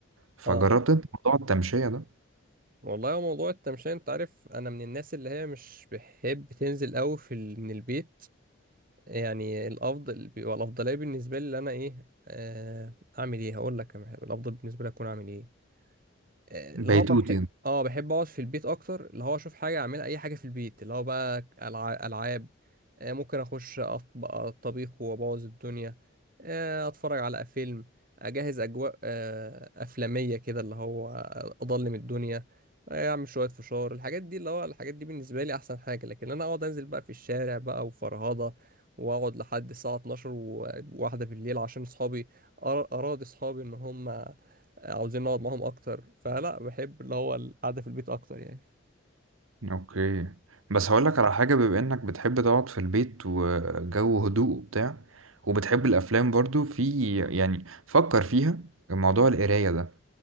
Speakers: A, on the right; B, on the right.
A: فجربت
B: اه
A: انت موضوع التمشية ده
B: والله هو موضوع التمشية انت عارف انا من الناس اللي هي مش بحب تنزل قوي في ال... من البيت يعني الافضل بيبقى الافضليه بالنسبه لي اللي انا ايه آه... اعمل ايه هقول لك أنا الافضل بالنسبه لي اكون اعمل ايه آه،
A: بيتوتي
B: اللي هو طب بحب اه بحب اقعد في البيت اكتر اللي هو اشوف حاجه اعملها اي حاجه في البيت اللي هو بقى ألع- العاب آه، ممكن اخش اطبخ الطبيخ وابوظ الدنيا آه، اتفرج على فيلم اجهز اجواء آه، افلاميه كده اللي هو اضلم الدنيا آه، اعمل شويه فشار الحاجات دي اللي هو الحاجات دي بالنسبه لي احسن حاجه لكن انا اقعد انزل بقى في الشارع بقى وفرهضه واقعد لحد الساعه 12 وواحده بالليل عشان اصحابي أرا- اراضي اصحابي ان هم عاوزين نقعد معاهم اكتر فلا بحب اللي هو القعده في البيت اكتر يعني
A: اوكي بس هقولك على حاجة بما انك بتحب تقعد في البيت وجو هدوء وبتاع وبتحب الافلام برضو في يعني فكر فيها موضوع القراية ده